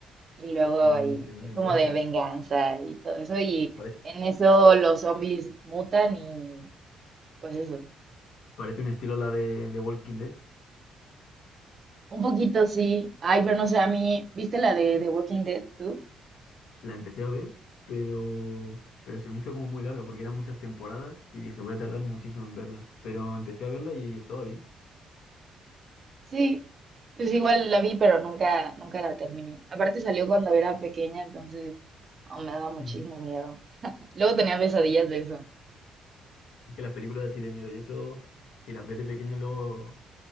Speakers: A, on the right; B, on the left.
A: y luego
B: Muy,
A: ahí
B: muy interesante
A: es como
B: entonces.
A: de venganza y todo eso. Y
B: Parece,
A: en eso los zombies mutan y pues eso.
B: parece un estilo a la de, de Walking Dead.
A: Un poquito sí. Ay, pero no sé, a mí, ¿viste la de The Walking Dead tú?
B: La empecé a ver, pero, pero se me hizo como muy larga porque eran muchas temporadas y dije, voy a tardar muchísimo en verla. Pero empecé a verla y estaba bien.
A: Sí, pues igual la vi, pero nunca, nunca la terminé. Aparte salió cuando era pequeña, entonces oh, me daba muchísimo
B: Ujú.
A: miedo. Luego tenía pesadillas de eso.
B: Es que las películas así de miedo y eso, si las ves de pequeño, luego,